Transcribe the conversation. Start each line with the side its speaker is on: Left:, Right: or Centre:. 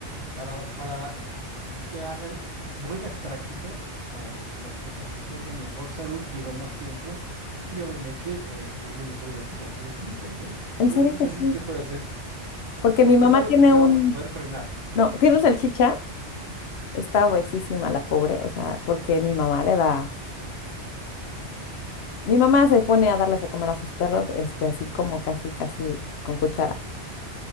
Right: para, para que- que hagan buenas prácticas para que sus mascotas tengan mejor salud, vivan más tiempo y obviamente eh, les den mejores satisfacciones mutuas, ¿no?
Left: en
Right: Yo
Left: serio
Right: creo que
Left: que
Right: eso
Left: sí,
Right: sí se puede hacer
Left: porque
Right: porque
Left: mi mamá
Right: es algo
Left: tiene
Right: que no se
Left: un,
Right: va a fe- poder frenar.
Left: no,
Right: Ujú,
Left: tiene un salchicha, está
Right: ¿Sí?
Left: obesísima la pobre, o sea, porque mi mamá le da Mi mamá se pone a darles de comer a sus perros, este, así como casi, casi con cuchara.